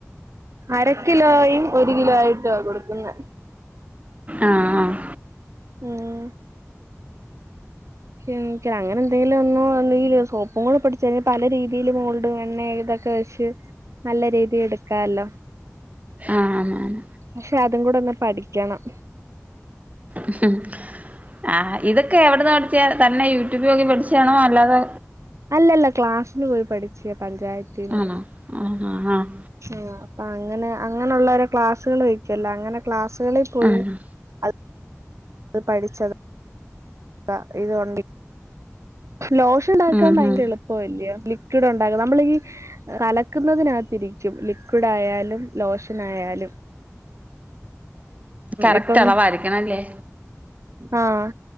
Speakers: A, on the right; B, on the right.
A: അര കിലോയും ഒരു കിലോ ആയിട്ടാ കൊടുക്കുന്നത്
B: ആഹ് ആഹ്
A: ഉം എനിക്ക അങ്ങനെ എന്തെങ്കിലും ഒന്നോ സോപ്പും കൂടി പഠിച്ചച്ച് പല രീതിയിൽ മോൾഡും എണ്ണ ഏതൊക്കെ അത്യാവശ്യം നല്ല രീതി എടുക്കാല്ലോ
B: ആഹ് ആഹ് ആഹ്
A: പക്ഷെ അതും കൂടെ ഒന്ന് പഠിക്കണം
B: ഉം ആഹ് ഇതൊക്കെ എവിടന്ന് പഠിച്ച തന്നെ യൂട്യൂബിലക്കെ പഠിച്ചണോ അല്ലാതെ
A: അല്ലല്ല ക്ലാസ്സിന് പോയി പഠിച്ച പഞ്ചായതീന്ന്
B: ആണോ ആഹ് ആഹ് ആഹ്
A: ആഹ് ആ അങ്ങനെ അങ്ങനെയുള്ളരെ ക്ലാസ്സുകൾ വെക്കല്ല അങ്ങനെ ക്ലാസ്സുകളിൽ പോയി
B: ആഹ്
A: അ പഠിച്ച താ ഇതൊണ്ടി ലോഷൻ ഇണ്ടാക്കാൻ
B: ഉം
A: ഭയങ്കര
B: ഉം
A: എളുപ്പല്ല്യോ ലിക്വിഡ് ഉണ്ടകുക നമ്മളീ കലക്കുന്നതിനകത്തിരിച്ചും ലിക്വിഡ് ആയാലും ലോഷനായാലും.
B: കറക്റ്റ്
A: ഇപ്പം
B: അളവായിരിക്കണല്ലേ?
A: ആഹ്.